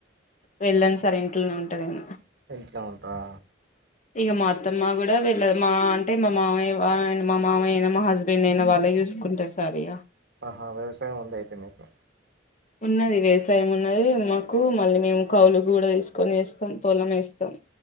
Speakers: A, on the left; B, on the right.
A: వెళ్ళన్ సార్ ఇంట్లోనే ఉంట నేను
B: ఇంట్లో ఉంటరా
A: ఇగ మాత్తమ్మా కూడా వెళ్ళ మా అంటే మా మావయ్య వా మా మావయ్య అయినా మా హస్బెండ్ అయినా వాళ్ళే చూసుకుంటారు సార్ ఇగ
B: ఆ వ్యవసాయం ఉంది అయితే మీకు
A: ఉన్నది వ్యవసాయం ఉన్నదీ మాకు మళ్ళీ మేము కౌలు కూడా తీసుకొని వేస్తాం పొలం వేస్తాం